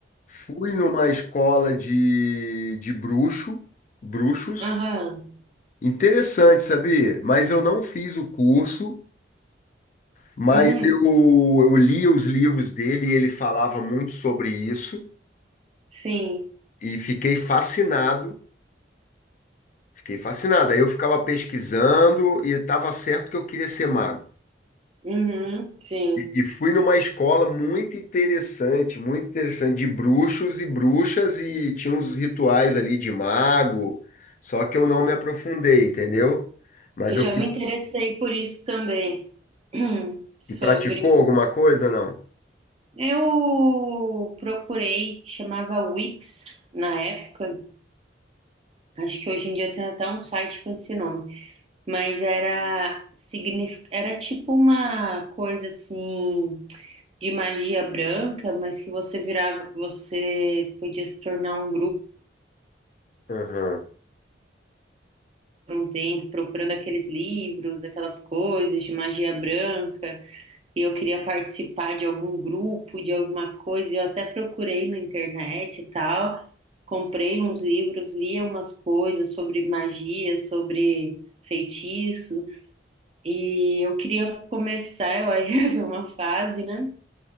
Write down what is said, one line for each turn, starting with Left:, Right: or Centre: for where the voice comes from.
Left: fui numa escola de, de bruxo, bruxos.
Right: Aham.
Left: Interessante, sabia? Mas eu não fiz o curso, mas
Right: Uhum.
Left: eu, eu li os livros dele e ele falava muito sobre isso
Right: Sim.
Left: e fiquei fascinado, fiquei fascinado. Aí eu ficava pesquisando e estava certo que eu queria ser mago.
Right: Uhum. Sim.
Left: E e fui numa escola muito interessante, muito interessante, de bruxos e bruxas, e tinha uns rituais ali de mago, só que eu não me aprofundei, entendeu? Mas
Right: Eu
Left: eu
Right: já
Left: quis.
Right: me interessei por isso também, <clears throat> sobre
Left: E praticou alguma coisa ou não?
Right: Eu procurei, chamava Wix na época. Acho que hoje em dia tem até um site com esse nome, mas era signifi- era tipo uma coisa assim de magia branca, mas que você virava, você podia se tornar um grupo
Left: Aham.
Right: por um tempo procurando aqueles livros, aquelas coisas de magia branca. e eu queria participar de algum grupo, de alguma coisa, eu até procurei na internet e tal, comprei uns livros, lia umas coisas sobre magia, sobre feitiço, e eu queria começar, eu aí <laughs> ia ver uma fase, né?